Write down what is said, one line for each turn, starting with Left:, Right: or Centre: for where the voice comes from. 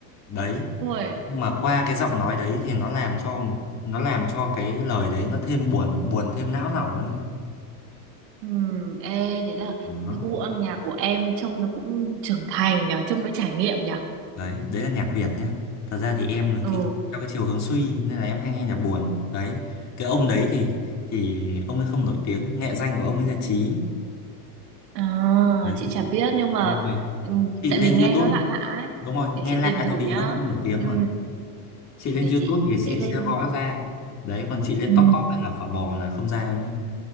Left: đấy
Right: ôi
Left: nhưng mà qua cái giọng nói đấy thì nó làm cho một nó làm cho cái lời đấy nó thêm buồn buồn thêm não lòng luôn ấy.
Right: ừ, ê thế là
Left: đó
Right: cái gu âm nhạc của em trông nó cũng trưởng thành nhở trông nó trải nghiệm nhở
Left: đấy đấy là nhạc Việt nhá thật ra thì em là
Right: ừ
Left: cái theo cái chiều hướng suy nên là em hay nghe nhạc buồn đấy cái ông đấy thì thì ông ấy không nổi tiếng nghệ danh của ông ấy là Chí
Right: À,
Left: đấy
Right: chị chả biết nhưng mà
Left: đúng rồi
Right: ừ,
Left: chị
Right: tại
Left: lên
Right: vì nghe
Left: YouTube
Right: nó lạ lạ ấy,
Left: đúng rồi
Right: để
Left: nghe
Right: chị
Left: lạ
Right: tìm thử
Left: tại vì
Right: nhá.
Left: ông không nổi tiếng
Right: Ừ,
Left: mà chị lên
Right: để
Left: YouTube
Right: chị
Left: thì
Right: sẽ
Left: chị
Right: lên.
Left: sẽ gõ ra đấy còn chị lên
Right: Ừ.
Left: top top hay là phở bò là không ra đâu nhé